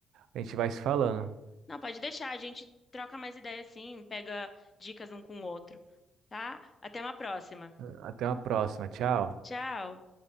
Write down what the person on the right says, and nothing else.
a gente vai se falando.
Até uma próxima. Tchau.